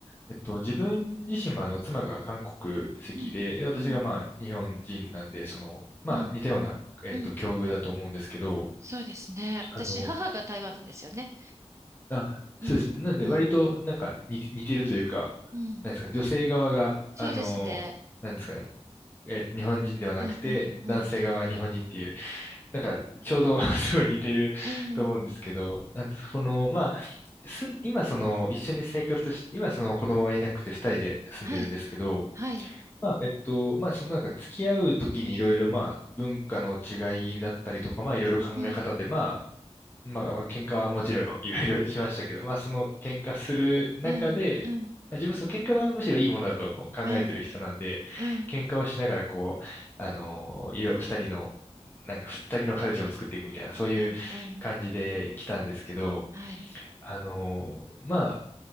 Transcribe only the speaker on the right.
うん、
うん、
うん、
うん。
そうですね。私、
母が台湾なんですよね。
うん、
うん、
うん。
そうですね。
うん、うん、う
ん、うん。
はい、はい、
うん。
うん、うん、
うん、うん、
うん、うん、はい。